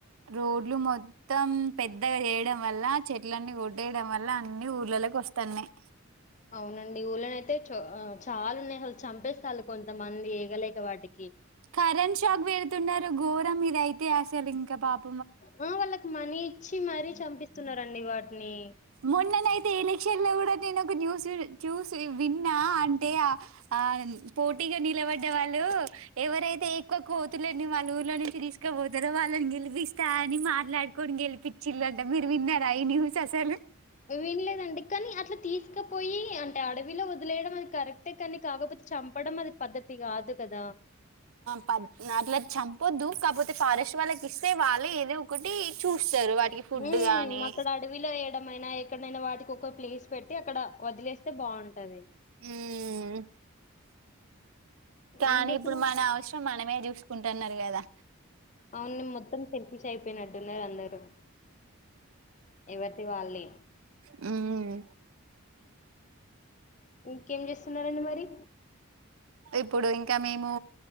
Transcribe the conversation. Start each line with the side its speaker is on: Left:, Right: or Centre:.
Right: రోడ్లు మొత్తం పెద్దగా చేయడం వల్ల, చెట్లన్నీ కొట్టేయడం వల్ల, అన్ని ఊర్లల్లకి వస్తన్నాయి.
Left: అవునండి ఊలోనైయితే చో అ చ్ చాలా ఉన్నాయి అసల్ చంపేస్తాలు కొంతమంది ఎగలేక వాటికి
Right: కరెంట్ షాక్ పెడుతున్నారు. ఘోరం ఇదయితే అసలు ఇంకా పాప్
Left: ఉ వాళ్ళకి మనీ ఇచ్చి మరీ చంపిస్తున్నారండి వాటిని
Right: మొన్నయితే ఇలేక్షన్లో కూడా నేను ఒక న్యూస్ చూ చూసి విన్నా అంటే ఆ ఆ పోటీగా నిలవడ్డ వాళ్ళు ఎవరైతే ఎక్కువ కోతులని వాళ్ళ ఊర్లోనుంచి తీసుకపోతారో వాళ్ళని గెలిపిస్తా అని మాట్లాడు కొని గెలిపించిలంట మీరు విన్నారా ఈ న్యూస్ అసలు
Left: వినలేదండి కానీ అట్ల తీసుకుపోయి అంటే అడవిలో వదిలేయడం అది కరెక్టే కానీ కాకపోతే చంపడం అది పద్ధతి కాదు కదా
Right: కాదు అట్లా చంపద్దు కాకపోతే ఫారెస్ట్ వాళ్ళకి ఇస్తే వాళ్ళు ఏదో ఒకటి చూస్తారు వాటికి ఫుడ్
Left: మ్మ్
Right: గానీ
Left: అక్కడ అడవిలో వేయడమైనా ఎక్కడైనా వాటి కొక ప్లేస్ పెట్టి అక్కడ వదిలేస్తే బాగుంటది
Right: మ్మ్ కానీ
Left: ఏం చేస్తున్నారు
Right: ఇప్పుడు మన అవసరం మనమే చూసుకుంటున్నారు కదా
Left: అవును మొత్తం సెల్ఫిష్ అయిపోయినట్టున్నారు అందరు ఎవర్ది వాళ్లే
Right: మ్మ్
Left: ఇంకేం చేస్తున్నారండి మరి
Right: ఇప్పుడు ఇంకా మేము